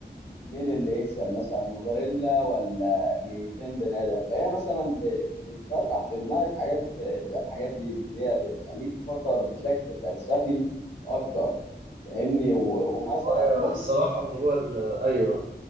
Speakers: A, on the left; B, on the right.
A: مين اللي يكسب مثلا غوريلا ولا 200 بني ادم فهي مثلا ب- بتفتح في دماغك حاجات زي الحاجات دي, دي اللي هي بتخليك تفكر بشكل فلسفي اكتر فاهمني و- ومثلا
B: أيوة،
A: ممكن
B: الصراحة موضوع ال- أيوه